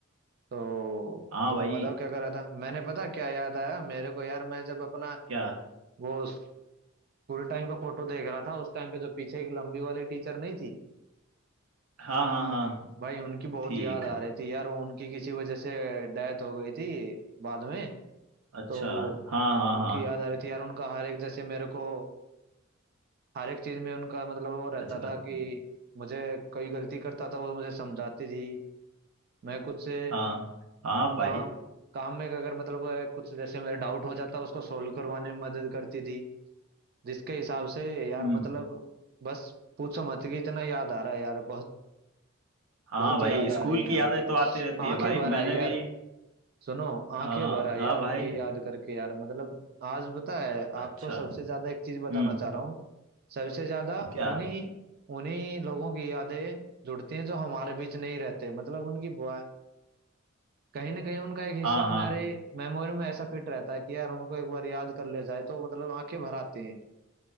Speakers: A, on the right; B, on the right.
A: तो
B: हाँ
A: तुम
B: भाई
A: बताओ क्या कर रहा था मैंने पता क्या याद आया मेरे को यार मैं जब अपना
B: क्या
A: वो स्कूल टाइम का फोटो देख रहा था उस टाइम पे जो पीछे एक लंबी वाली टीचर नहीं थी
B: हाँ हाँ हाँ
A: भाई उनकी बहुत
B: ठीक
A: याद आ रही थी यार वो उनकी किसी वजह से डेथ हो गई थी बाद में
B: अच्छा
A: तो
B: हाँ हाँ
A: उनकी
B: हाँ
A: याद आ रही थी यार उनका हर एक जैसे मेरे को हर एक चीज में उनका मतलब वो रहता
B: अच्छा
A: था
B: का
A: कि मुझे कोई गलती करता था वो मुझे समझाती थी मैं कुछ से
B: हाँ हाँ भाई
A: काम काम में अगर मतलब अ, कुछ जैसे मेरे डाउट हो जाता उसको सोल्व करवाने में मदद करती थी जिसके हिसाब से यार
B: हम्म
A: मतलब बस पूछो मत कि इतना याद आ रहा है यार बहुत
B: हाँ
A: बहुत
B: भाई
A: याद
B: स्कूल
A: आ रहे हैं यार
B: की यादें
A: उनके
B: तो आती रहती
A: आंखें
B: है भाई
A: भर आई
B: मैंने
A: यार
B: भी
A: सुनो
B: हाँ
A: आंखें भर आई
B: हाँ
A: यार
B: भाई
A: उनकी याद करके यार मतलब आज पता है
B: अच्छा
A: आपको सबसे ज्यादा एक चीज बताना
B: हम्म
A: चाह रहा हूँ सबसे ज्यादा
B: क्या
A: उन्हीं उन्हीं लोगों की यादें जुड़ती हैं जो हमारे बीच नहीं रहते मतलब उनकी बुआ कहीं ना कहीं उनका एक हिस्सा
B: हाँ
A: हमारे
B: हाँ
A: मेमोरी में ऐसा फिट रहता है कि यार उनको एक बार याद कर लिया जाए तो मतलब आंखें भर आती हैं